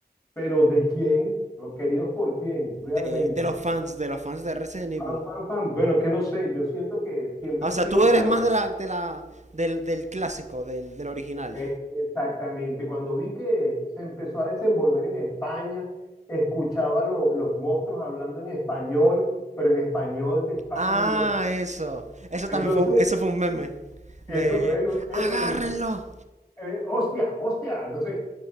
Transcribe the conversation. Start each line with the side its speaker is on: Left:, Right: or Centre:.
Left: Pero ¿de quién? Los queridos por quién, realmente.
Right: de, de los fans, de los fans de Resident Evil.
Left: Fan, fan, fan. Bueno, es que no sé, yo siento que siempre
Right: O
Left: ha
Right: sea,
Left: sido,
Right: tú eres
Left: claro,
Right: más de la, de la, del, del clásico, del, del original.
Left: Eh, Exactamente, cuando vi que se empezó a desenvolver en España, escuchaba lo- los monstruos hablando en español, pero en español de España
Right: Ah,
Left: y yo.
Right: eso. Eso
Left: Entonces,
Right: también fue, eso fue un meme.
Left: eso,
Right: De,
Left: bueno, eso
Right: agárrenlo.
Left: me hizo, eh, hostia, hostia. Entonces,